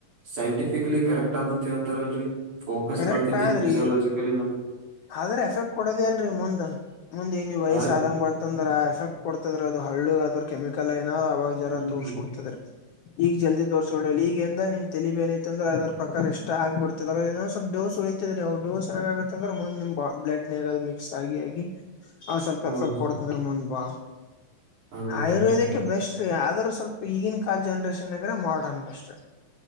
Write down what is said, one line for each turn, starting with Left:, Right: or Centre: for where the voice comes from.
Right: ಸೈಂಟಿಫಿಕ್ಲಿ ಕರೆಕ್ಟ್ ಆದ ತಾರಲ್ರರಿ ಫೋಕಸ್
Left: ಕರೆಕ್ಟ್
Right: ಮಾಡ್ತೈತಿ
Left: ಆದ್ರಿ
Right: ಫಿಸಿಯಾಲಜಿಕಲಿ ಮತ್ತ <unintelligible>
Left: ಆದ್ರ ಎಫೆಕ್ಟ್ ಕೊಡದೇ ಅಲ್ರರಿ ಮುಂದ್ ಮುಂದ್ ವಯಸ್ಸ
Right: ಆ ರೀ
Left: ಆದಂಗ ಬಂತಂದ್ರ ಆ ಎಫೆಕ್ಟ್ ಕೊಡ್ತದ್ರ ಅದು ಹಳ್ಳು ಅದ್ರ ಕೆಮಿಕಲ್ ಏನ ಅವಾಗ ಜರ
Right: ಹ್ಮ್
Left: ತೋರ್ಸ್ಕೊಡ್ತರಿ
Right: ಹ್ಮ್
Left: ಈಗ ಜಲ್ದಿ ತೋರಿಸ್ಕೊಂಡಿಲ್ಲಿ ಈಗಗೆಂದ ನಿಮ್ ತಲಿಬ ಏನಐತೆ ಅಂದ್ರ ಅದ್ರ ಪ್ರಕಾರ ಇಷ್ಟ ಆಗ್ ಬಿಡ್ತ ಸ್ವಲ್ ಡೋಸ್ ಉಳಿತತದ್ರ ಅವ್ರ ಡೋಸ್ ಹಂಗ ಆಗತ್ತ ಅಂದ್ರೆ ಬ್ಲಡ್ ಮಿಕ್ಸ್ ಆಗಿ ಹ ಸ್ವಲ್ಪಲ್
Right: ಓಹ್
Left: ಕೊಡ್ತದ್ರ ಮುಂದ ಬಾ
Right: ಹಂಗೈತೇನ್ರಿ
Left: ಆಯುರ್ವೇದಕ್ಕೆ ಬೆಸ್ಟ್ ರೀ ಆದ ಸ್ವಲ್ಪ ಈಗಿನ ಕಾಲ ಜನ್ರೇಷನ್ಗ ಮಾಡರ್ನ್ ಬೆಸ್ಟ್